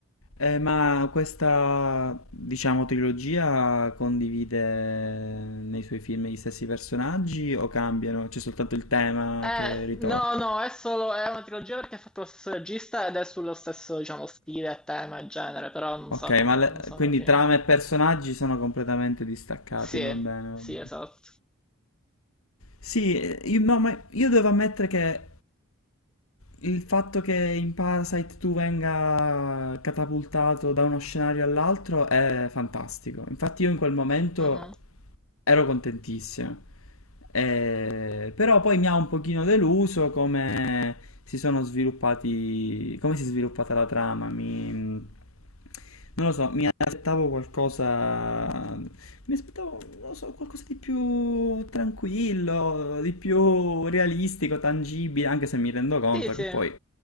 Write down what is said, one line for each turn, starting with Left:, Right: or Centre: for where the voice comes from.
Left: Eh, ma questa, diciamo, trilogia condivide nei suoi film gli stessi personaggi o cambiano? C'è soltanto il tema
Centre: Eh,
Left: che ritorna?
Centre: no, no, è solo, è una trilogia perché è fatto lo stesso regista ed è sullo stesso, diciamo, stile, tema e genere, però non
Left: Ok,
Centre: sono,
Left: ma le-
Centre: non sono
Left: quindi
Centre: film.
Left: trama e personaggi sono completamente distaccati,
Centre: Sì,
Left: va bene. va
Centre: sì,
Left: bene.
Centre: esatto.
Left: Sì, eh, io, no, ma io devo ammettere che il fatto che in Parasite tu venga catapultato da uno scenario all'altro è fantastico. Infatti io in quel momento
Centre: Mhm.
Left: Ero contentissimo. Eh, però poi mi ha un pochino deluso come si sono sviluppati, come si è sviluppata la trama. Mi, non lo so, mi aspettavo qualcosa, mi aspettavo, non lo so, qualcosa di più tranquillo, di più realistico, tangibile, anche se mi rendo conto
Centre: Sì, sì.
Left: che poi